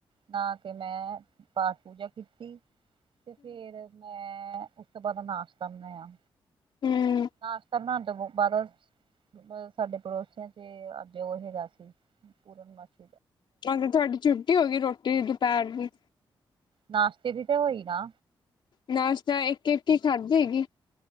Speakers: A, on the right; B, on the left.
A: ਨਾ ਕੇ ਮੈਂ ਪਾਠ ਪੂਜਾ ਕੀਤੀ ਤੇ ਫੇਰ ਮੈਂ, ਉਸ ਤੋਂ ਬਾਅਦ ਨਾਸ਼ਤਾ ਬਣਾਇਆ
B: ਹੂ
A: ਨਾਸ਼ਤਾ ਬਣਾਉਣ ਦੇ ਬਾਦ, ਰੋਜ਼ ਸਾਡੇ ਪੜੋਸੀਆਂ ਚ ਅੱਜ ਉਹ ਹੈਗਾ ਸੀ ਪੂਰਨ ਮਾਸ਼ੀ
B: ਤਾਂ ਤੇ ਤੁਹਾਡੀ ਛੁੱਟੀ ਹੋ ਗਈ ਰੋਟੀ ਦੁਪਹਿਰ ਦੀ
A: ਨਾਸ਼ਤੇ ਦੀ ਤੇ ਹੋਈ ਨਾ
B: ਨਾਸ਼ਤਾ ਇੱਕ ਇੱਕ ਹੀ ਖਾਧੀ ਹੈਗੀ